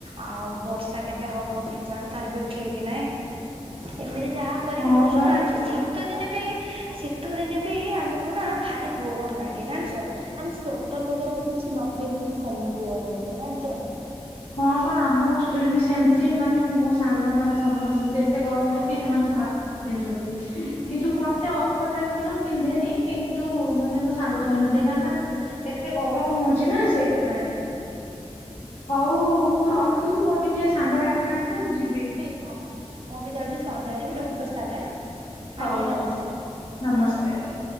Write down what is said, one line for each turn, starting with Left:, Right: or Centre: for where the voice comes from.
Right: ଆଉ ବର୍ଷା କେବେ ହବ କେଜାଣି ତାର ବି ଠିକି ନାହିଁ? ଏମିତି ଯାହା କରିକି
Left: ହଁ
Right: ରହୁଚୁ
Left: ବା
Right: ଜାଣିଚୁ। ଶୀତ ଦିନେକୁବି ବି ଶୀତ ଦିନେ ବି ଆମକୁ ନା ଭାରି ଗରମ ଲାଗେ ଜାଣିଚ। ଆମେ ସ୍ଵେଟର ବଗେରା ବି କିଛି ନ ପିନ୍ଧିକି ସମିତିଆ ରହଚୁ ଜାଣିଚ।
Left: ହଁ ବା ଆମ ହଷ୍ଟେଲ ବି ସେମିତି ମାନେ ମୋ ସାଙ୍ଗ ମାନେ ସମସ୍ତେମତି ଏତେ ଗରମ ଲାଗି ସେମାନେ ସବୁ ହାତ ପିନ୍ଧନ୍ତି। କିନ୍ତୁ ମତେ ଅ -- ର୍ଡ ଲାଗେ ବୋଲି ଲାଗେ ବୋଲି ମୁଁ ପିନ୍ଧେନି କିନ୍ତୁ ମାନେ ମୋ ସାଙ୍ଗ ପିନ୍ଧନ୍ତି କାର ନା- - ଏତେ ଗରମ ହେଉଚି ନା ସେଇଥିପାଇଁ। ହଉ ମୁଁ ରଖୁଛି ମୋ ଟିକେ ସାଙ୍ଗ ଡାକିଲାାନି ତ ମୁଁ ଯିବି।
Right: ଅଁ ହଁ ମୁଁ ବି ଯାଉଛି ସନ୍ଧ୍ୟାାରେ ବି ରଖୁଛି ତାହେଲେ।
Left: ହଉ,
Right: ଆଜ୍ଞା
Left: ହଉ
Right: ନମସ୍କାର।
Left: ନମସ୍କାର।